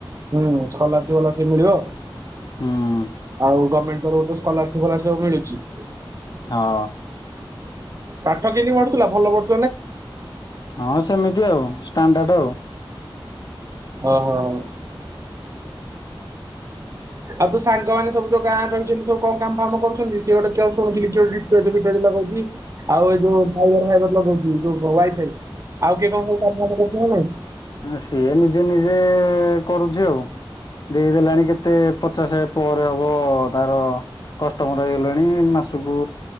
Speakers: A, on the right; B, on the left.
A: ହୁଁ, ସ୍କଲାରସିପ୍ ଫଲରସି ମିଳିବ।
B: ହୁଁ
A: ଆଉ ଗର୍ମେଣ୍ଟ ତରଫରୁ ସ୍କଲାରସିପ୍ ଫଲାରସିପ୍ ସବୁ ମିଳୁଚି।
B: ହଁ।
A: ପାଠ କେମିତି ପଢୁଥିଲା ଭଲ ପଢୁ
B: ହଁ ସେମିତି ଆଉ ଷ୍ଟାଣ୍ଡାର୍ଡ ଆଉ।
A: ଓହୋ। ଆଉ ତୋ ସାଙ୍ଗମାନେ ସବୁ ଯୋଉ ଗାଁରେ ରହିଛନ୍ତି ସବୁ କଣ କାମ ଫାମ କରୁଛନ୍ତି। ସେ ଗୋଟେ ଜବ୍ କରୁଛି ନିଜ <unintelligible> ଆଉ ଏଇ ଯୋଉ ଫାଇବଡ ଫାଇବଡ ଲଗଉଚି ଯୋଉ ୱାଇଫାଇ ଆଉ କିଏ କଣ ସବୁ କାମ ଫାମ କରୁଛନ୍ତି ନା ନାଇଁ?
B: ନା ସିଏ ନିଜେ ନିଜେ କରୁଛି ଆଉ। ଦେଇଦେଲାଣି କେତେ ପଚାଶ ପରେ ହବ ତାର କଷ୍ଟମର୍ ହେଇଗଲେଣି ମାସକୁ